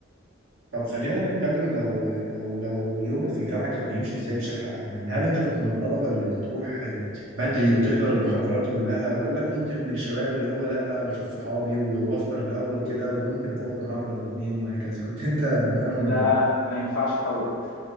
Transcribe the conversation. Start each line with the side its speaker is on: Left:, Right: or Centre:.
Right: طب خلينا نتكلم لو لو لو يومك في الجامعة كان بيمشي ازاي بشكل عام يعني هل انت كنت من الطلبة اللي بتروح بدري وتحضر المحاضرات كلها ولا كنت من الشباب اللي هو لا بشوف صحابي و- وافطر الأول كده وممكن افوت محاضرة واتنين وهكذا كنت انت من انهي
Left: لا
Right: نوع
Left: ما ينفعش افوت